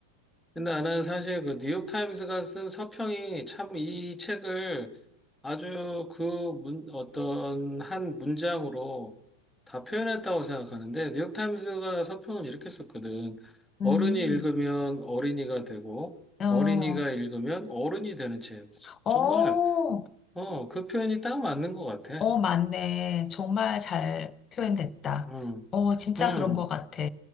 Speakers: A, in the centre; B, on the left.
A: 근데 나는 사실 그 뉴욕타임스가 쓴 서평이 참 이 책을 아주 그 문, 어떤 한 문장으로 다 표현했다고 생각하는데, 뉴욕타임스가 서평을 이렇게 썼거든.
B: 음,
A: 어른이 읽으면 어린이가 되고,
B: 어,
A: 어린이가 읽으면 어른이 되는 책.
B: 어,
A: 정말 어, 그 표현이 딱 맞는 것 같아.
B: 어, 맞네. 정말 잘 표현됐다.
A: 음,
B: 어, 진짜
A: 음,
B: 그런 것 같아.